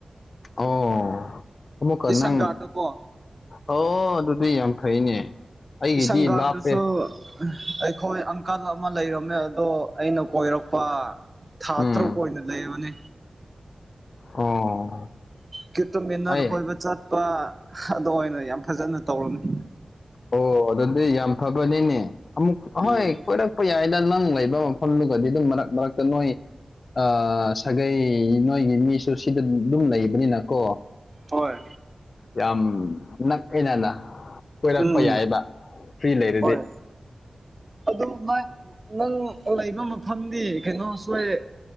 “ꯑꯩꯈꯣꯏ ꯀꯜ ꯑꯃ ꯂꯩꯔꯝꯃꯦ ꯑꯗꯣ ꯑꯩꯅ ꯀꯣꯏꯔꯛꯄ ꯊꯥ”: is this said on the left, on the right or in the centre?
Right